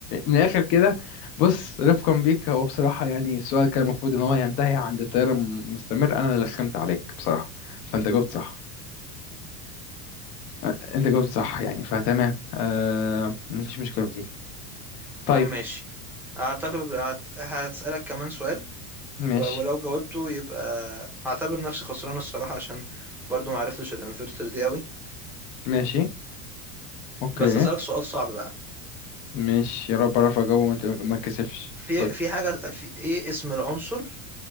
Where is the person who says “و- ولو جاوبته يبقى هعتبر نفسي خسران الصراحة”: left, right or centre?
Centre